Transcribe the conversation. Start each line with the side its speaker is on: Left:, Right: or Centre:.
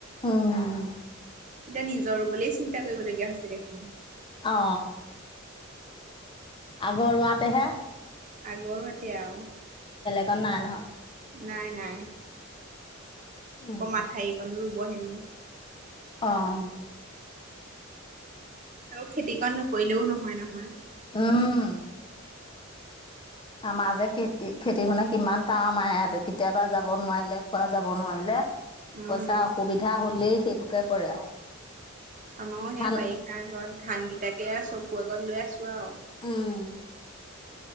Left: উম।
Right: এতিয়া নিজৰ বুলি চিন্তা কৰিবলগীয়া হৈছে দেখোন।
Left: অঁ। আগৰ ৰুৱাতে হে
Right: আগৰ মতিয়া আৰু।
Left: ত' নাই নহয়।
Right: নাই নাই।
Left: উম,
Right: ক মাথাই কন'ৰু বহেনো <unintelligible>
Left: অঁ।
Right: আৰু খেতি কৰা নক কৰিলেও নহয় নহয়।
Left: উম আমাৰ যে খেতি, খেতি ধৰণে কিমান কাম মায়ে, কেতিয়াবা যাব নোৱাৰিলে, খোৱা যাব নোৱাৰিলে।
Right: উম
Left: পইচা অসুবিধা হলেই সেই টোকে কৰে আৰু।
Right: আমাৰো সেই
Left: ধান
Right: বাৰিষা আগত ধান ক তাকে চব খুৱগত লৈ আছোঁ আৰু।
Left: উম